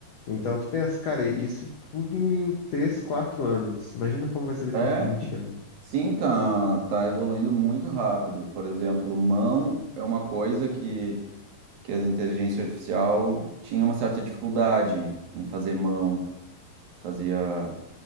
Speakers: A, on the left (about 60°); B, on the right (about 65°).
A: Então tu pensa, cara, isso tudo em 3, 4 anos. Imagina como vai ser daqui
B: É,
A: 20 anos.
B: Sim, tá, tá evoluindo muito rápido. Por exemplo, mão é uma coisa que, que as inteligências artificial tinha uma certa dificuldade em fazer mão. Fazia